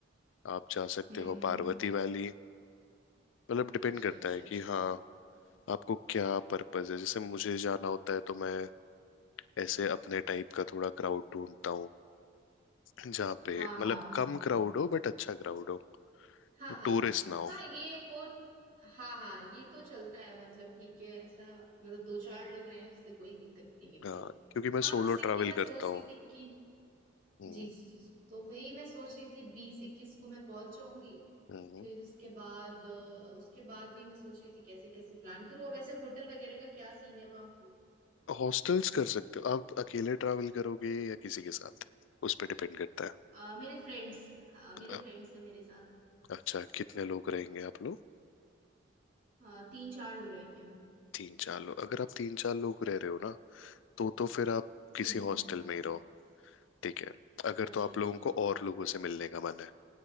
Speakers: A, on the left (about 80°); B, on the right (about 45°).
A: आप जा सकते
B: हम्म
A: हो पार्वती
B: हम्म
A: वैली मतलब डिपेंड
B: अच्छा
A: करता
B: अच्छा
A: है
B: अच्छा
A: कि हाँ आपको क्या पर्पस है जैसे मुझे जाना होता है तो मैं ऐसे अपने टाइप का थोड़ा क्राउड ढूंढता हूँ जहाँ पे
B: हाँ हाँ
A: मतलब
B: हाँ
A: कम क्राउड हो बट अच्छा क्राउड हो
B: हाँ हाँ
A: टूरिस्ट
B: हाँ
A: ना हो
B: हाँ ये वो हाँ हाँ ये तो चलता है मतलब ठीक है ऐसा मतलब दो चार लोग रहे हैं उससे कोई दिक्कत नहीं है मुझे
A: हाँ क्योंकि मैं
B: हाँ
A: सोलो
B: जैसे
A: ट्रैवल
B: कि मैं
A: करता
B: सोच
A: हूँ
B: रही थी कि
A: हम्म
B: जी जी जी जी। तो वही मैं सोच रही थी बीस इक्कीस को मैं पहुंच जाऊंगी
A: हम्म
B: फिर उसके बाद अ, उसके बाद भी मैं सोच रही थी कैसे कैसे प्लान करूँ और वैसे होटल वगैरह का क्या सीन है वहाँ
A: हॉस्टल्स कर सकते हो आप अकेले ट्रैवल करोगे या किसी के साथ उस पर डिपेंड करता है
B: अ, मेरे फ्रेंड्स मेरे
A: अ-
B: फ्रेंड्स हैं मेरे साथ
A: अच्छा कितने लोग रहेंगे आप लोग
B: अ, तीन चार लोग रहेंगे हम।
A: तीन चार लोग अगर आप तीन चार लोग रह रहे हो ना तो तो फिर आप किसी
B: हम्म हम्म,
A: हॉस्टल में ही रहो ठीक है अगर
B: अच्छा
A: तो आप
B: अच्छा
A: लोगों को और लोगों से मिलने का मन है